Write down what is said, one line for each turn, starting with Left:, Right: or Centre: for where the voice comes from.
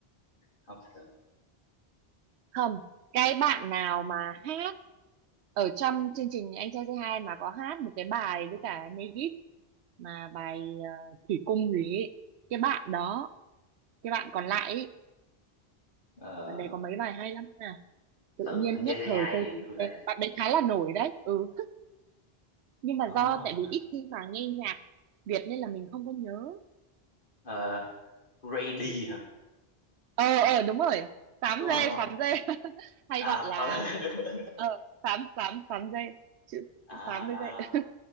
Left: không thật
Right: không cái bạn nào mà hát ở trong chương trình Anh Trai Say Hi mà có hát một cái bài với cả Negip mà bài ờ, Thủy Cung gì ấy. cái bạn đó cái bạn còn lại ấy,
Left: ờ
Right: bạn đấy có mấy bài hay lắm nè tự
Left: từ
Right: nhiên
Left: anh trai
Right: nhất
Left: say
Right: thời
Left: hi
Right: tôi
Left: thì
Right: quên
Left: tôi lại
Right: tên bạn đấy khá là nổi đấy ừ nhưng mà
Left: có
Right: do tại vì ít khi mà nghe nhạc Việt nên là mình không có nhớ
Left: ờ, Grady hả
Right: ờ ờ đúng rồi sám
Left: đúng không
Right: dê
Left: đúng không
Right: sám dê <laughs> hay
Left: à
Right: gọi là
Left: ờ. <laughs>
Right: ờ sám sám sám dê chữ
Left: à
Right: sám
Left: đó,
Right: với
Left: đó
Right: dê
Left: đó